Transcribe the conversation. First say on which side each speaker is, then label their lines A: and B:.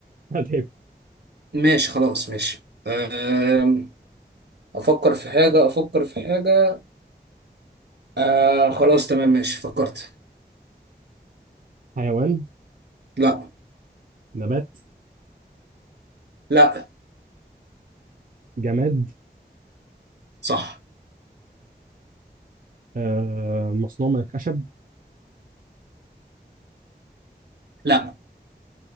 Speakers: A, on the right; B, on the right.
A: <laughs> هتعب
B: ماشي خلاص ماشي آه افكر في حاجة افكر في حاجة آه خلاص تمام ماشي فكرت
A: حيوان
B: لا
A: نبات
B: لا
A: جماد
B: صح
A: آه، مصنوع من الخشب
B: لا